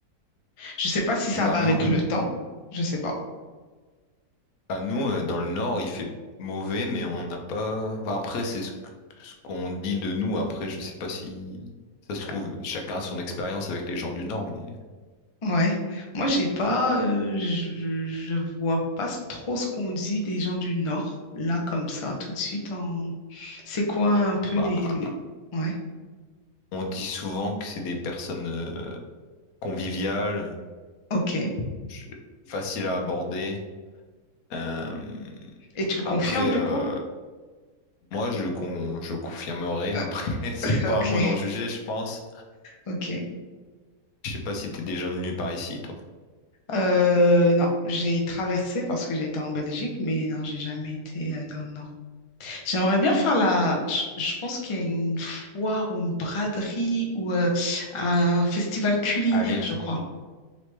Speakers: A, on the left; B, on the left.
A: je ne sais pas si ça
B: Hmm. Bah
A: va
B: moi,
A: avec le
B: euh,
A: temps, je sais pas.
B: bah nous, euh, dans le Nord, il fait mauvais, mais on n'a pas. Enfin, après, c'est ce que- ce qu'on dit de nous. Après, je sais pas si ça se trouve, chacun a son expérience avec les gens du Nord, mais
A: Ouais. Moi, j'ai pas, euh, je, je vois pas s- trop ce qu'on dit des gens du Nord, là, comme ça, tout de suite. En... C'est quoi un peu
B: bah,
A: les, les- Ouais,
B: on dit souvent que c'est des personnes. euh, convivial,
A: ok.
B: je- facile à aborder. Euh,
A: Et tu le confirmes,
B: après,
A: du
B: euh,
A: coup?
B: moi, je, con- je confirmerai.
A: Euh,
B: Après, <laughs> c'est
A: <laughs>
B: pas
A: ok,
B: à moi d'en juger, je pense.
A: ok.
B: Je sais pas si t'es déjà venu par ici, toi.
A: Euh, non, j'ai traversé parce que j'étais en Belgique, mais non, j'ai jamais été euh, dans le nord. J'aimerais bien faire la. Je, je pense qu'il y a une foire ou une braderie ou euh, un festival culinaire,
B: À Lille.
A: je crois.